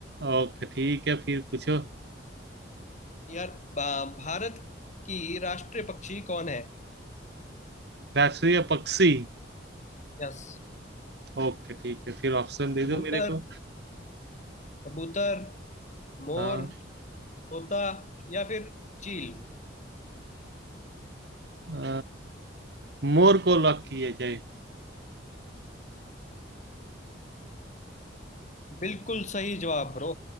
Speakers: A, on the right (about 60°); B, on the left (about 40°).
A: ओके ठीक है फिर पूछो
B: यार बा- भारत की राष्ट्रीय पक्षी कौन है
A: राष्ट्रीय पक्षी
B: यस
A: ओके ठीक है फिर ऑप्शन दे
B: कबूतर
A: दो मेरे को
B: कबूतर मोर
A: हाँ
B: तोता या फिर चील
A: अ, मोर को लॉक किया जाए
B: बिल्कुल सही जवाब ब्रो